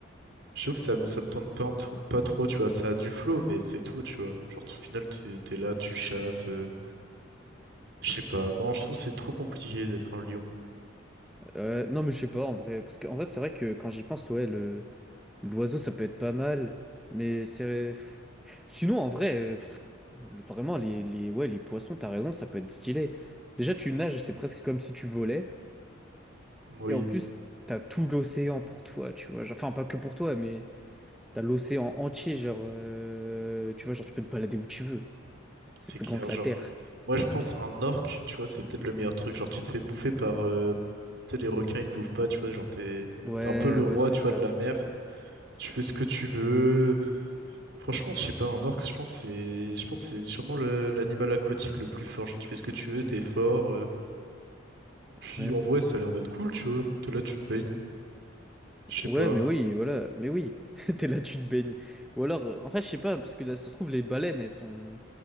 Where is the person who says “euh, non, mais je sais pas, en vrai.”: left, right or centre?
Centre